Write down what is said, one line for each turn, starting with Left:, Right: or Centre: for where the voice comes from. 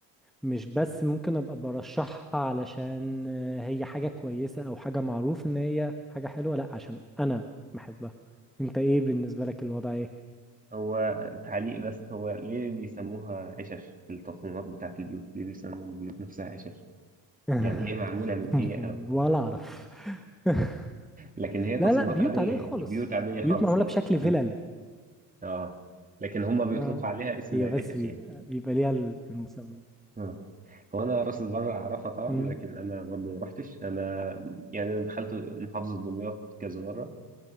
Centre: مش بس ممكن ابقى برشحها علشان آه، هي حاجة كويسة او حاجة معروف ان هي حاجة حلوة لا عشان انا بحبها انت ايه بالنسبة لك الوضع ايه
Right: هو تعليق بس هو ليه بيسموها عشش في التصميمات بتاعت البيوت ليه بيسموا البيوت نفسها عشش
Centre: <laughs>
Right: يعني هي معمولة من إيه أو
Centre: ولا اعرف <laughs>
Right: لكن هي تصميمات
Centre: لا لا بيوت
Right: عادية
Centre: عادية خالص
Right: يعني بيوت عادية
Centre: بيوت
Right: خالص
Centre: معمولة
Right: يعني
Centre: بشكل فيلل
Right: مم. آه لكن هم بيطلقوا
Centre: آه.
Right: عليها اسم
Centre: هي
Right: عشش
Centre: بس بيبقى
Right: يعني
Centre: بيبقى ليها ال- المسمى
Right: آه هو أنا راس البر أعرفها طبعا
Centre: مم،
Right: لكن أنا برضه ما رحتش أنا يعني دخلت محافظة دمياط كذا مرة